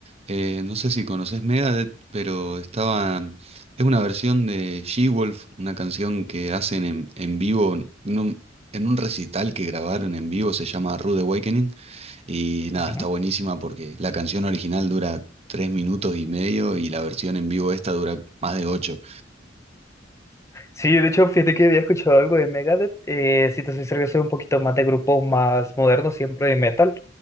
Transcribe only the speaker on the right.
eh, no sé si conoces Megadeth, pero estaba... Es una versión de She-Wolf, una canción que hacen en, en vivo, en un, en un recital que grabaron en vivo, se llama Rude Awakening, y nada,
está buenísima porque la canción original dura tres minutos y medio y la versión en vivo esta dura más de ocho.